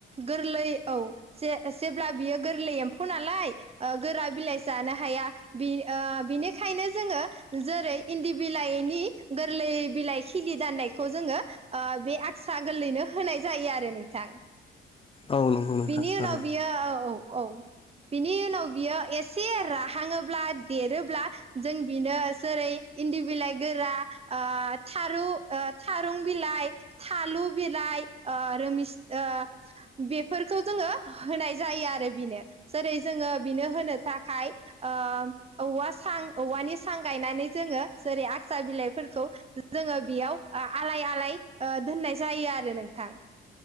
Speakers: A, on the right; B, on the left.
A: गोरलै औ जे-जेब्ला बियो गोरलै एम्फौ नालाय ओ गोरा बिलाइ जानो हाया या बि ओ बिनिखायनो जोङो जेरै इन्दि बिलाइनि गोरलै बिलाइ खिलि दाननायखौ जोङो ओ बे आगस्रा गोरलैनो होनाय जायो आरो नोंथां
B: औ नंगौ नोंथां
A: बिनि
B: थारैनो
A: उनाव बियो औ औ औ बिनि उनाव बियो एसे राहाङोब्ला देरोब्ला जों बिनो जेरै इन्दि बिलाइ गोरा ओ थारु ओ थारुं बिलाइ थालु बिलाइ लाइ ओ रोमिस ओ बेफोरखौ जोङो होनाय जायो आरो बेनो जेरै जोंङो बेनो होनो थाखाय ओ औवा सां औवानि सां गायनानै जोङो जेरै आगसा बिलाइफोरखौ जोङो बेयाव आ आलाय आलाय ओ दोननाय जायो आरो नोंथां